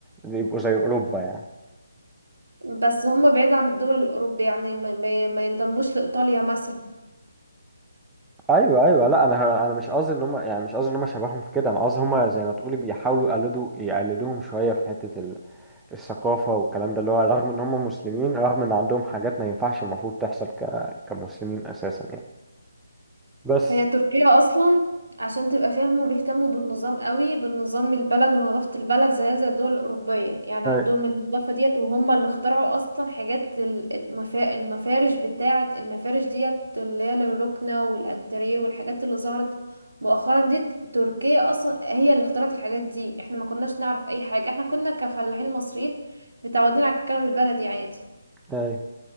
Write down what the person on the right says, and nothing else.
بس هما بعيد عن الدول الأوروبية يعني ما, ما ما ينضموش لإيطاليا مثلا
هي تركيا اصلا عشان تبقى فاهم هما بيهتموا بالنظام قوي بالنظام البلد ونظافة البلد زي زي الدول الأوروبية يعني
عندهم النظافة ديت وهم اللي اخترعوا اصلا حاجات ال- المفا... المفارش بتاعة المفارش ديت اللي هي للركنة والانتريه والحاجات اللي ظهرت مؤخرا دي تركيا اصلا هي اللي اخترعت الحاجات دي احنا ما كناش نعرف اي حاجة احنا كنا كفلاحين مصريين متعودين على الكلام البلدي عادي